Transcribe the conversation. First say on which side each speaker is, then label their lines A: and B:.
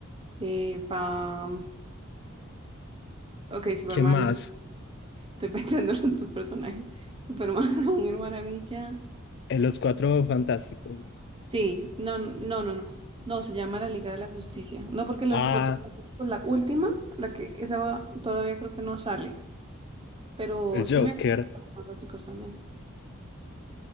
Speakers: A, on the right; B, on the left.
A: eh, va... mm, Ok, Superman,
B: ¿Quién más?
A: la- <laughs> estoy pensando en los dos personajes. Superman, <laughs> la Mujer Maravilla.
B: En Los Cuatro Fantásticos.
A: Sí, no, no, no, no. No, se llama la Liga de la Justicia. No porque los
B: Ah,
A: cuatro... pues, La última, la que esa va- todavía creo que no sale, pero
B: el Joker.
A: sí me... Fantásticos también.